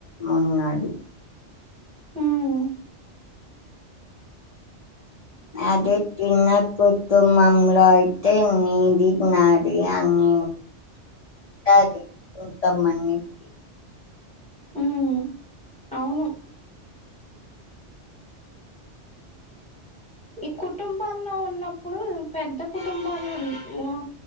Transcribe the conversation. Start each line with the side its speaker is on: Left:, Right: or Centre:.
Left: ఉన్నది
Centre: మ్
Left: అదే చిన్న కుటుంబంలో అయితే నిది నాది అని
Centre: <unintelligible>
Left: టది కొంతమందికి
Centre: ఉమ్ అవును ఈ కుటుంబాల్లో ఉన్నప్పుడు పెద్ద కుటుంబాలని మ్